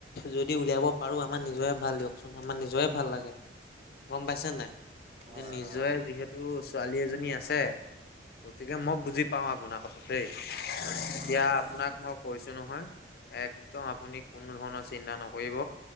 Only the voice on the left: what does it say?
যদি উলিয়াব। পাৰো আমাৰ নিজৰে ভাল দিয়কচোন আমাৰ নিজৰে ভাল লাগে গম পাইছে নাই?
যে নিজৰে
যিহেতু ছোৱালী এজনী আছে গতিকে মই বুজি পাও আপোনাৰ কথা দেই এতিয়া
আপোনাক মই কৈছো নহয়। একদম আপুনি কোনো ধৰণৰ চিন্তা নকৰিব।